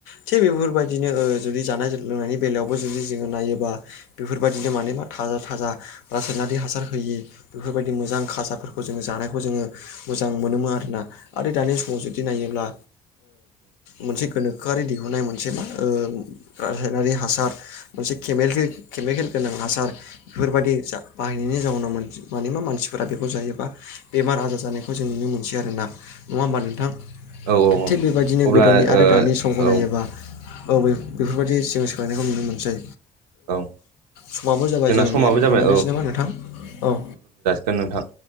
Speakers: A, on the left; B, on the right.
A: थिग बेफोरबायदि बिदिनो जुदि जानाय लोंनायनि बेलायावबो जुदि जोङो नायोबा बेफोरबायदिनो माने मा थाजा थाजा रासायनारि हासार होयि बेफोरबायदि मोजां खाजाफोरखौ जोङो जानायखौ जोङो मोजां मोनोमोन आरोना आरो दानि समाव जुदि नायोब्ला मोनसे गोनोखोआरि दिहुननाय मोनसे मा रासायनारि हासार मोनसे केेल केमिकेल गोनां हासार बेफोरबायदि जा बाहायनायनि जाउनाव मानिबा मानसिफोरा बेखौ जायोबा बेमार आजार ज जानायखौ जों नुनो मोनसै आरोना नङा होमबा नोंथां।
B: औ
A: थिग बेबायदिनो
B: अब्ला
A: गोदोनि आरो दानि समखौ
B: ओ
A: नायोबा
B: औ
A: औ बेफोरबायदि जोङो सोलायनायखौ नुनो मोनसै।
B: औ
A: समाबो जाबाय
B: जोंना
A: जोंनिया
B: समाबो
A: दंथ'लायनोसै
B: जाबाय
A: नामा नोंथां औ।
B: दा नोंथां।